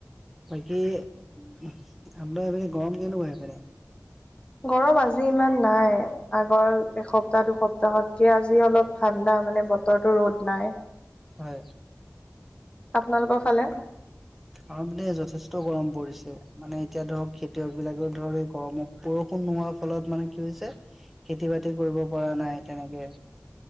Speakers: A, in the centre; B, on the left.
A: বাকী আপোনালোকৰ সেই পিনে গৰম কেনেকুৱা সেইপিনে ‌?
B: গৰম আজি ইমান নাই, আগৰ এসপ্তাহ দুসপ্তাহত কে আজি অলপ ঠাণ্ডা মানে ব। বতৰটো ৰ'দ নাই।
A: হয়।
B: আপোনালোকৰ ফালে?
A: আমাৰ পিনে যথেষ্ট গৰম পৰিছে। মানে এতিয়া ধৰক খেতিয়ক বিলাকে ধৰ এই গৰমত বৰষুণ নোহোৱাৰ ফলত মানে কি হৈছে - খেতি বাতি কৰিব পৰা নাই তেনেকে